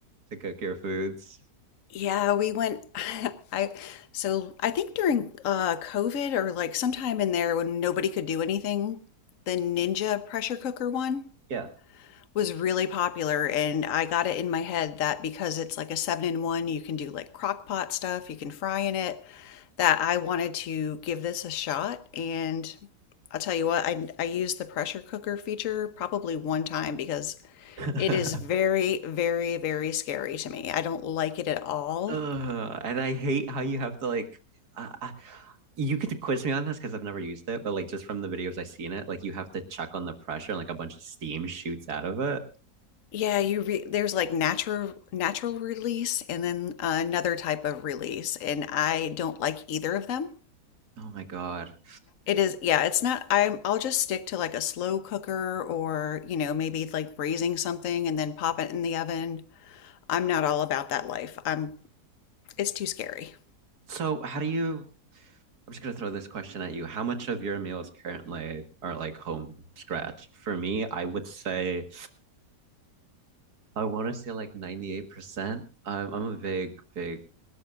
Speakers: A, on the right; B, on the left.
A: to cook your foods.
B: yeah, we went <laughs> I so I think during uh COVID or like sometime in there when nobody could do anything, the Ninja pressure cooker one.
A: Yeah.
B: was really popular and I got it in my head that because it's like a seven in one, you can do like crock pot stuff, you can fry in it, that I wanted to give this a shot. And I'll tell you what, I I used the pressure cooker feature probably one time because
A: <laughs>
B: it is very, very, very scary to me. I don't like it at all.
A: Ugh, and I hate how you have to like I, I, you could quiz me on this because I've never used it, but like just from the videos I've seen it, like you have to check on the pressure and like a bunch of steam shoots out of it.
B: Yeah, you re there's like natural natural release and then uh, another type of release, and I don't like either of them.
A: Oh my God.
B: It is, yeah, it's not I'm I'll just stick to like a slow cooker or, you know, maybe like braising something and then pop it in the oven. I'm not all about that life. I'm it's too scary.
A: So how do you I'm just gonna throw this question at you. How much of your meals currently are like home scratched? For me, I would say I want to say like 98%. I'm I'm a big, big